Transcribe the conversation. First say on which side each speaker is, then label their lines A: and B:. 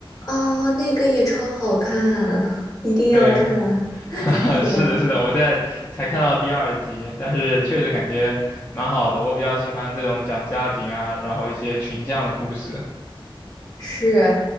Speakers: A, on the left (about 40°); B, on the left (about 25°).
A: 哦，那个也超好看，<laughs>
B: <laughs>
A: 一定要看。
B: 对。
A: <laughs>
B: <laughs>
A: 是的，
B: 是的，是的，我现在才看到第二集，但是确实感觉蛮好的。我比较喜欢这种讲家庭啊，然后一些群像的故事。
A: 是，